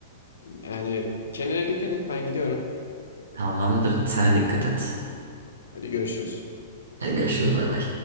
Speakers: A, on the left (about 85°); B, on the right (about 85°).
A: Yani kendine dikkat et, ben gidiyorum.
B: Tamamdır. Sen de dikkat et.
A: Hadi görüşürüz.
B: Hadi görüşürüz bay bay.